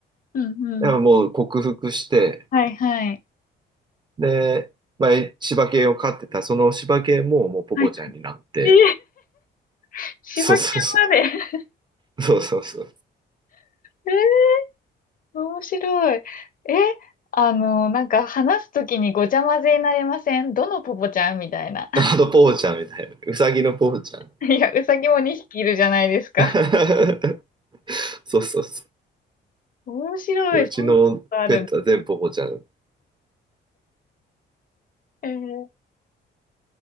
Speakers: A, on the left; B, on the right.
A: うんうん。
B: やっぱもう克服して、
A: はいはい、
B: で、まあ、柴犬を飼ってた、その柴犬ももうポポちゃんになって、
A: はい。えー、<laughs> 柴犬まで。
B: そうそうそう、そうそうそう。
A: えー、面白い。え、あの、なんか話すときにごちゃ混ぜになりませんどのポポちゃんみたいな。
B: あのポポちゃんみたいな、うさぎのポポちゃん。
A: いや、うさぎも2匹いるじゃないですか。
B: <laughs> そうそうそ
A: 面白い。
B: う。うちのペットは全部ポポちゃん。
A: そんなことあるの。えー、面